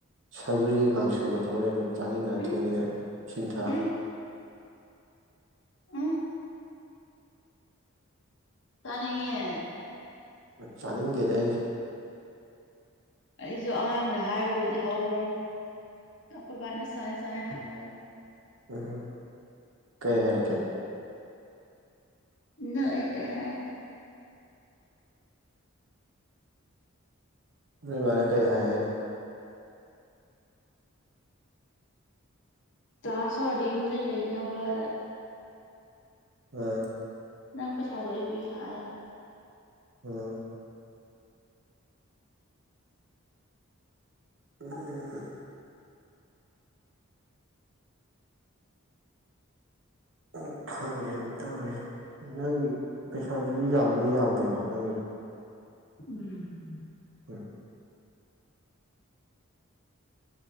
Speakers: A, on the right; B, on the left.
A: ꯁꯧꯒꯔꯤꯒ ꯀꯥꯡꯁꯨꯒ ꯇꯧ ꯂꯩꯔꯝꯃ‌ꯦ ꯆꯥꯅꯤꯡꯗꯅ
B: ꯎꯝ
A: ꯊ‌ꯣꯛꯂꯛꯑꯦ ꯏꯁꯤꯡ ꯊꯛꯑꯒ
B: ꯎꯝ ꯎꯝ ꯆꯥꯅꯤꯡꯉ‌ꯦ
A: ꯆꯥꯅꯤꯡꯗ‌ꯦꯗ ꯑꯩꯗꯤ
B: ꯑꯩꯁꯨ ꯑꯉꯥꯡꯗ ꯍꯥꯏꯕꯕꯨꯗꯤ ꯍꯧꯈ꯭ꯔꯕꯅꯤ ꯑꯩꯈꯣꯏ ꯕꯥꯅ ꯁꯨꯃꯥꯏ ꯁꯨꯃꯥꯏ ꯍꯥꯏ
A: ꯎꯝꯍꯣꯏ ꯀꯩ ꯍꯥꯏꯔꯛꯀꯦ
B: ꯅ‌ꯣ ꯍ‌ꯦꯛꯇ ꯍꯥꯏ
A: ꯅ‌ꯣꯏ ꯕꯥꯅ ꯀꯩ ꯍꯥꯏ ꯍꯥꯏꯅꯣ
B: ꯀ꯭ꯂꯥꯁ ꯍꯧꯔꯗꯤ ꯌꯨꯝꯗꯩ ꯂꯩꯅꯕꯅ
A: ꯑꯥ
B: ꯅꯪ ꯄꯩꯁꯥꯗꯣ ꯑꯩ ꯄꯤꯒꯦ ꯍꯥꯏ
A: ꯎꯝ <unintelligible> ꯎ ꯈꯪꯗꯦꯅ‌ꯦ ꯇꯧꯔꯤꯁ‌ꯦ ꯅꯪꯒꯤ ꯄꯩꯁꯥꯗꯨꯗꯤ ꯌꯥꯝꯕꯨꯗꯤ ꯌꯥꯝꯗꯦꯀꯣ ꯅꯪꯒꯤꯗꯣ
B: ꯎꯝ
A: <unintelligible>